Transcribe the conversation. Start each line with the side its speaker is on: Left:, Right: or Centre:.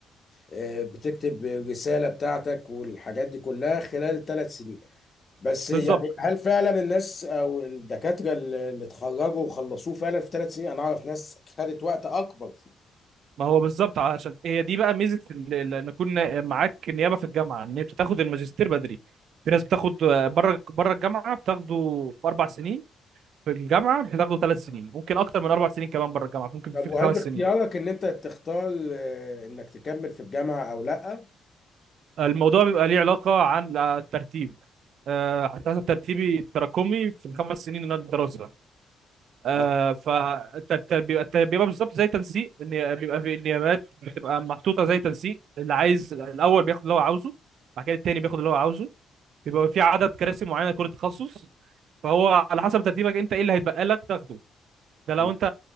Left: آه، بتكتب رسالة بتاعتك والحاجات دي كلها خلال ثلاث سنين بس يعني
Right: بالظبط
Left: هل فعلا الناس او الدكاترة اللي اللي اتخرجوا وخلصوه فعلا في ثلاث سنين انا اعرف ناس خدت وقت اكبر فيه
Right: ما هو بالظبط عشان هي دي بقى ميزه ال- ال- ان يكون معاك نيابه في الجامعه ان انت تاخد الماجستير بدري في ناس بتاخد بره بره الجامعه بتاخده في اربع سنين في الجامعه بتاخده ثلاث سنين ممكن اكتر من اربع سنين كمان بره الجامعه ممكن
Left: طب
Right: في
Left: وهل
Right: خمس
Left: باختيارك
Right: سنين
Left: ان انت تختار آه، انك تكمل في الجامعة او لا
Right: الموضوع بيبقى ليه علاقه عن الترتيب آه، على حسب ترتيبي التراكمي في الخمس سنين اللي أنا الدراسه آه
Left: اه
Right: فالتربية بالظبط زي تنسيق ان بيبقى في النيابات بتبقى محطوطة زي تنسيق اللي عايز الأول بياخد اللي هو عاوزه بعد كده التاني بياخد اللي هو عاوزه بيبقى في عدد كراسي معينة لكل تخصص فهو على حسب ترتيبك انت ايه اللي هيتبقى لك تاخده ده لو
Left: مم.
Right: انت